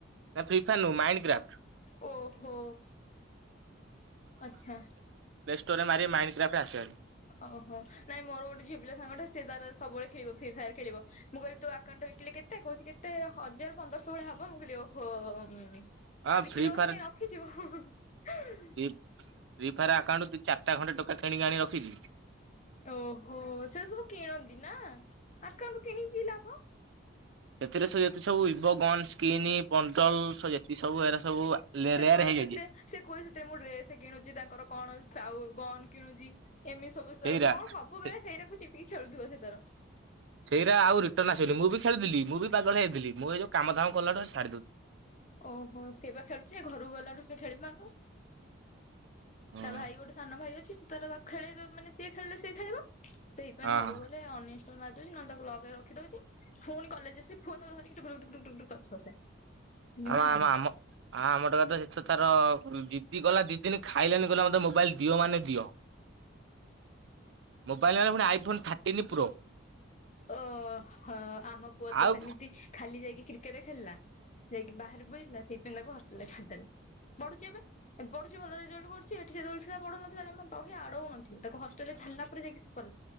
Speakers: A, on the right; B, on the left.
A: ନା ଫ୍ରିଫାୟାର ନୁହଁ ମାଇଣ୍ଡ କ୍ରାଫ୍ଟ।
B: ଓହୋ ଆଚ୍ଛା।
A: ପ୍ଲେଷ୍ଟୋରରେ ମାରିବେ ମାଇଣ୍ଡ କ୍ରାଫ୍ଟସ ଆସିବ।
B: ଓହୋ ନାଇଁ ମୋର ଗୋଟେ ଝିଅ ପିଲା ସାଙ୍ଗଟା ସେ ତାର ସବୁବେଳେ ଖେଳିବ ଫ୍ରି ଫାୟାର ଖେଳିବ। ମୁଁ କହିଲି ତୋ ଆକାଉଣ୍ଟ ୱୀକିଲି କେତେ କହୁଚି କେତେ ହଜାର ପନ୍ଦରଶହ ଭଳିଆ ହବ ମୁଁ କହିଲି ଓହୋ। ଆଉ
A: ଭାରି ହଁ
B: ବିକି
A: ଫ୍ରି
B: ଦଉନୁ
A: ଫାୟାର
B: କାଇଁ ରଖିଚୁ?
A: ଫ୍ରି ଫ୍ରି ଫାୟାର ଆକାଉଣ୍ଟ ଚାରିଟା ଖଣ୍ଡେ ଟୋକା କିଣିକି ଆଣି ରଖିଚି।
B: ଓହୋ ସେ ସବୁ କିଣନ୍ତି ନା ଆକାଉଣ୍ଟ କିଣିକି କି ଲାଭ?
A: ଏଥିରେ ସବୁ ଯେତେ ସବୁ ଇଭୋ ଗନ୍ ସ୍କିନି ପଣ୍ଡଲ ସ ଯେତିକି ସବୁ ଏରା ସବୁ ରେୟାର
B: ସେ କଣ
A: ହେଇଯାଇଛି।
B: ସେଥିରେ ସେ କୁହେ ସେଥିରେ ମୁଁ ରେସ କିଣୁଚି ତାଙ୍କର କଣ ଗନ କିଣୁଚି ଏମିତି ସ ସବୁ ସେର
A: ସେଇରା
B: କଣ ସବୁବେଳେ
A: ସେ
B: ସେଇଟା ଚିପିକି ଖେଳୁଥିବ ସେ ତର।
A: ସେଇରା ଆଉ ରିଟର୍ନ ଆସିବନି ମୁଁ ବି ଖେଳିଥିଲି ମୁଁ ବି ପାଗଳ ହେଇଯାଇଥିଲି ମୁଁଇ ଯଉ କାମ ଦାମ କଲାଠୁ ଛାଡି ଦଉ
B: ଓହୋ ସିଏ ବା ଖେଳୁଛି ଘରକୁ ଗଲାଠୁ ସେ ଖେଳିବା ଆଗ।
A: ହଁ
B: ତା ଭାଇ ଗୋଟେ ସାନ ଭାଇ ଅଛି ସେ ତାରେ ଖୋଳେଇଦେ ମାନେ ସିଏ ଖେଳିଲେ ସିଏ ଖେଳିବ ସେଇଥିପାଇଁ
A: ହଁ
B: ଘରକୁ ଗଲେ ଅନଇଷ୍ଟାଲ ମାରିଦଉଛି ନହେଲେ ତାକୁ ଲକ୍ ରେ ରଖି ଦଉଛି। ଫୁଣି କଲେଜ ଫୁଣି ଧରିକି ଟୁକ୍ ଟୁକ୍ ଟୁକ୍ କରିଥିବ ସେ। ଦିନମାନ।
A: ଆମ ଆମ ଆମ ହଁ ଆମ ଟୋକା ତ ସେ ତାର ଜିଦି କଲା ଦି ଦିନ ଖାଇଲାନି କହିଲା ମତେ ମୋବାଇଲ ଦିଅ ମାନେ ଦିଅ। ମୋବାଇଲ ନଣିବ ପୁଣି ଆଇଫୋନ୍ ଥାର୍ଟିନ୍ ପ୍ରୋ।
B: ଓ ହ ଆମ ପୁଅ
A: ଆଉ
B: ତ ସେମିତି ଖାଲି ଯାଇକି କ୍ରିକେଟ ଖେଳିଲା। ଯାଇକି ବାହାରେ ବୁଲିଲା ସେଇଥିପାଇଁ ତାକୁ ହୋଷ୍ଟେଲ ରେ ଛାଡିଦେଲେ। ପଢ଼ୁଛି ଏବେ ପଢୁଛି ଭଲ ରେଜଲ୍ଟୁଛି ଏଠି ଯେତେବେଳେ ଥିଲା ପଢ଼ୁନଥିଲା ଜମା ବହି ଆଡ଼ଉ ନଥିଲେ। ତାକୁ ହଷ୍ଟେ ଛାଡିଲା ପରେ ଯାଇକି ସେ ପ